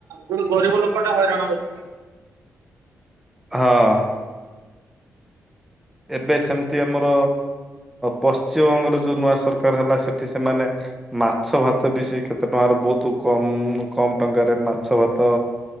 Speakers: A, on the right (about 85°); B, in the centre.
A: ଗୋଟେ ଗରିବ ଲୋକଟେ ହଇରାଣ ହଉଛି।
B: ହଁ। ଏବେ ସେମିତି ଆମର ପଶ୍ଚିମବଙ୍ଗର ଯୋଉ ନୂଆ ସରକାର ହେଲା ସେ ଠି ସେମାନେ ମାଛ ଭାତ ବି ସେ କେତେ ଟଙ୍କାର ବହୁତ କମ କମ ଟଙ୍କାରେ ମାଛ ଭାତ